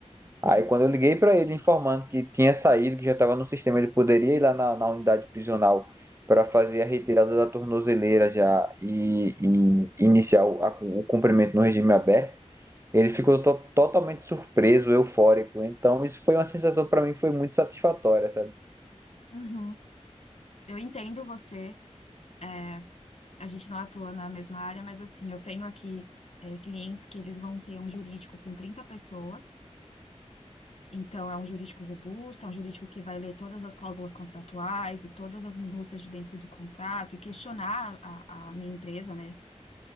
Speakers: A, on the right (about 25°); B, on the left (about 65°).
A: Aí
B: Sim.
A: quando eu liguei para ele informando que tinha saído, que já estava no sistema, ele poderia ir lá na, na unidade prisional para fazer a retirada da tornozeleira já e, e iniciar o, a- o cumprimento no regime aberto. Ele ficou to- totalmente surpreso, eufórico. Então isso foi uma sensação para mim que foi muito satisfatória, sabe?
B: Uhum. Eu entendo você. é, a gente não atua na mesma área, mas assim, eu tenho aqui é, clientes que eles vão ter um jurídico com 30 pessoas, então é um jurídico robusto, é um jurídico que vai ler todas as cláusulas contratuais e todas as minúcias de dentro do contrato e questionar a, a minha empresa, né?